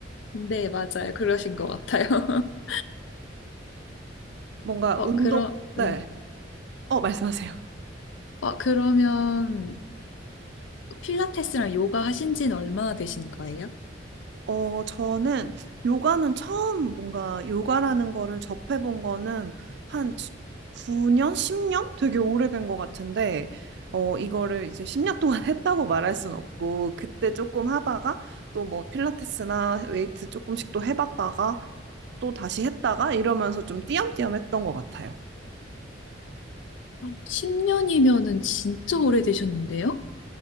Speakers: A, on the left (about 80°); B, on the right (about 65°).
A: 네, 맞아요. 그러신 것 같아요. <laughs>
B: 뭔가
A: 어,
B: 운동,
A: 그러, 네.
B: 네. 어, 말씀하세요.
A: 어, 그러면 필라테스랑 요가 하신 지는 얼마나 되신 거예요?
B: 어, 저는 요가는 처음 뭔가 요가라는 거를 접해본 거는 한 9년, 10년? 되게 오래된 것 같은데, 어, 이거를 이제 10년 동안 <laughs> 했다고 말할 순 없고, 그때 조금 하다가 또 뭐 필라테스나 웨이트 조금씩 또 해봤다가 또 다시 했다가 이러면서 좀 띄엄띄엄 했던 것 같아요.
A: 10년이면은 진짜 오래되셨는데요?